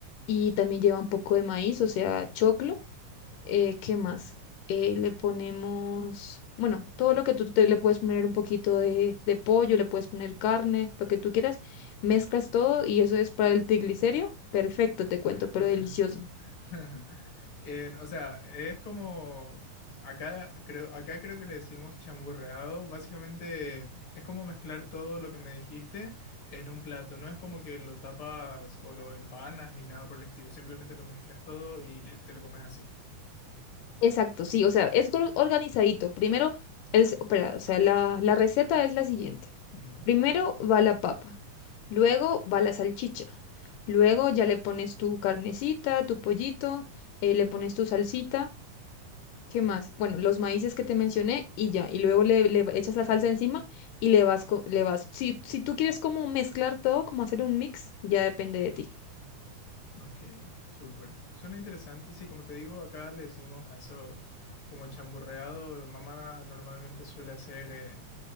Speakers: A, on the left (about 85°); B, on the left (about 45°).
A: y también lleva un poco de maíz, o sea, choclo. Eh, ¿qué más? Eh, le ponemos, bueno, todo lo que tú te, le puedes poner un poquito de, de pollo, le puedes poner carne, lo que tú quieras, mezclas todo y eso es para el triglicérido. Perfecto, te cuento,
B: <laughs>
A: pero delicioso.
B: <laughs> En- o sea, es como acá creo, acá creo que le decimos chamburreado. Básicamente es como mezclar todo lo que me dijiste en un plato. No es como que lo tapas o lo empanas ni nada por el estilo. Simplemente lo mezclas todo y te lo comes así.
A: Exacto, sí, o sea, es gor- organizadito. Primero, el, s- espera, o sea, la, la receta es la siguiente.
B: Ujú,
A: Primero va la papa, luego va la salchicha, luego ya le pones tu carnecita, tu pollito, eh, le pones tu salsita. ¿Qué más? Bueno, los maíces que te mencioné y ya. Y luego le, le echas la salsa encima y le vas, co- le vas. Si, si tú quieres como mezclar todo, como hacer un mix, ya depende de ti.
B: Ok, súper. Suena interesante. Sí, como te digo, acá le decimos a eso como chamburreado. Mamá normalmente suele hacer eh,